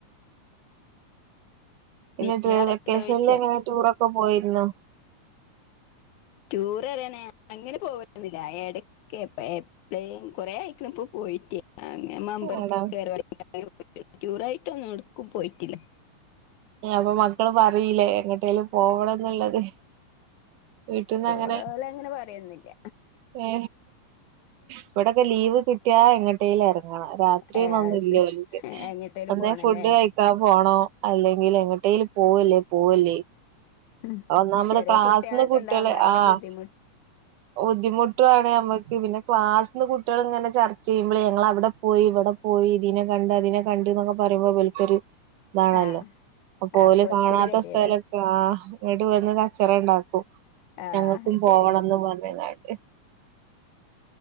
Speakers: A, on the right (about 80°); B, on the left (about 75°).
A: പിന്നെ
B: നിങ്ങളവിടെണ്ടോയ്ച്ച
A: വെക്കേഷനിൽ എങ്ങനെ ടൂറൊക്കെ പോയിരുന്നോ
B: ടൂർ അറിയാനേ അങ്ങനെ പോവൊന്നില്ല എടയ്ക്ക് - പ്പ എപ്പഴും കൊറെ ആയിക്കള ഇപ്പൊ പോയിട്ട് അങ്ങനെ മമ്പലത്തി
A: ആടാ
B: കേരള ടൂറായിട്ടൊന്നും എടുക്കും പോയിട്ടില്ല
A: അപ്പൊ മക്കള് പറയില്ലേ എങ്ങട്ടേലും പോവണം എന്നുള്ളത് വീട്ടിൽന്ന്
B: ഓലങ്ങനെ
A: അങ്ങനെ
B: പറയൊന്നുല്ല
A: ഏ ഇവിടെക്കെ ലീവ് കിട്ടിയ എങ്ങോട്ടേലും എറങ്ങണം- രാത്രിന്നൊന്നല്ലോക്ക്
B: ഏസ് എങ്ങിട്ടേലും
A: അന്നേ
B: പോണല്ലേ
A: ഫുഡ് കഴി ക്കാൻപോണോ അല്ലെങ്കിൽ എങ്ങട്ടേൽ പോവല്ലേ പോവല്ലേ
B: ഉം
A: ഒന്നാമത്
B: ചെറിയ
A: ക്ലാസ്സിന്ന്
B: കുട്ടികളൊക്കെ
A: കുട്ടികള്
B: ഉണ്ടാവുമ്പോ അങ്ങനെ
A: ആഹ്
B: ബുദ്ധിമു
A: ബുദ്ധിമുട്ടുാണ് നമ്മക്ക് പിന്നെ ക്ലാസ്സിൽന്ന് കുട്ടികൾ ഇങ്ങനെ ചർച്ച ചെയ്യുമ്പോൾ ഞങ്ങ അവിടെ പോയി ഇവിടെ പോയി ഇതിനെ കണ്ട് അതിനെ കണ്ട് എന്നൊക്കെ പറയമ്പൊ ഇബലിക്കൊര് ഇതാണല്ലോ
B: ആഹ്
A: പോല
B: അപ്പോൽക്കൊരു
A: കാണാത്ത
B: ഗതികേടാ
A: സ്ഥലൊക്കെ ആ ഇട്ട് വന്ന് കച്ചറം ഉണ്ടാക്കും
B: ആഹ്
A: ഞങ്ങൾക്കും
B: അത്
A: പോവണംന്ന്
B: ശരിയാണ്
A: പറഞ്ഞങ്ങാട്